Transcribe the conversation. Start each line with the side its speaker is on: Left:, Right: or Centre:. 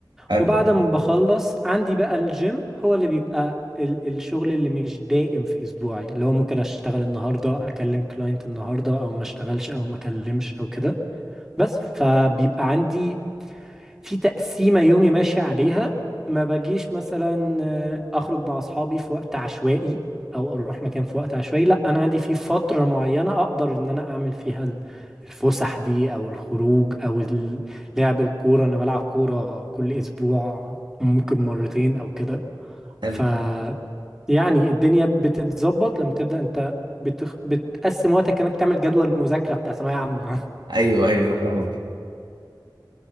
Right: حلو
Centre: وبعد ما بخلص عندي بقى الجيم هو اللي بيبقى ال الشغل اللي مش دائم في اسبوعي اللي هو ممكن اشتغل النهارده اكلم كلاينت النهارده او ما اشتغلش او ما اكلمش او كده بس فبيبقى عندي في تقسيمة يومي ماشي عليها ما بجيش مثلا آه، أخرج مع أصحابي في وقت عشوائي أو أروح مكان في وقت عشوائي لأ أنا عندي في فترة معينة أقدر إن أنا أعمل فيها ال- الفسح دي أو الخروج أو ال- لعب الكورة أنا بلعب كورة كل أسبوع ممكن مرتين أو كده
Right: حلو
Centre: ف يعني الدنيا بتتظبط لما تبدأ أنت بتخ... بتقسم وقتك كأنك بتعمل جدول مذاكرة بتاع ثانوية عامة
Right: ايوه ايوه فاهم